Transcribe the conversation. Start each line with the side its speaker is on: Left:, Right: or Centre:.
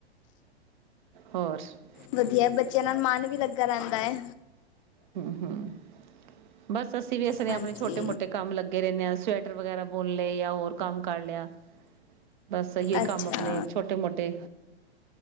Right: ਹੋਰ? <inaudible>
Left: ਵਧੀਆ ਬੱਚਿਆਂ ਨਾਲ ਮਨ ਵੀ ਲੱਗਾ ਰਹਿੰਦਾ ਹੈ।
Right: ਹੂੰ-ਹੂੰ ਬਸ ਅਸੀਂ ਵੀ ਇਸ
Left: ਹਾਂਜੀ,
Right: ਆਪਣੇ ਛੋਟੇ ਮੋਟੇ ਕੰਮ ਲੱਗੇ ਰਹਿੰਦੇ ਹਾਂ ਸ ਟਰ ਵਗੈਰਾ ਬੁਣ ਲਏ ਜਾਂ ਹੋਰ ਕੰਮ ਕਰ ਲਿਆ। ਬਸ ਇਹੀ
Left: ਅੱਛਾ।
Right: ਕੰਮ ਆਪਣੇ ਛੋਟੇ ਮੋਟੇ